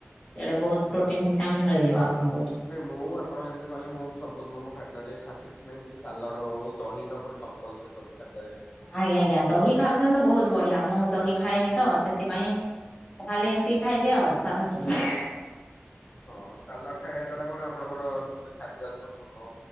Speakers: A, on the left; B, on the left.
A: ସିଆଡ଼େ ବହୁତ
B: ହୁଁ
A: ପ୍ରୋଟିନ୍ ଭିଟାମନ୍ ମିଳିଯିବ ଆପଣଙ୍କୁ।
B: ନାଇଁ ମୁଁ ଆପଣ ଯେମିତି କହିଲେ ମୁଁ ବି ସବୁଦିନ ମୋ ଖାଦ୍ୟରେ ସାଆ କିଛି ନାହିଁ କିଛି ସାଲଡ଼ ହେଉ ଦହି ତ ପୁଣି କମ୍ପ ଲସରି ସବୁ ଖାଦ୍ଯ
A: ଆଜ୍ଞା ଆଜ୍ଞା ଦହି ଖାଉଛନ୍ତି ତ ବହୁତ ବଢିଆ ମୁଁ ଦହି ଖାଏନି ତ ସେଥିପାଇଁ। ମୁଁ ଖାଲି ଏମିତିି ଖାଇଦିଏ ଆଉ ସାଧା ସାଧା।
B: ହଁ ସାଲଡ଼ ଖାଇବା ଦ୍ଵାରା କଣ ଆପଣଙ୍କର ସେପଟେ ଖାଦ୍ୟରେ ସମ୍ପୂର୍ଣ୍ଣ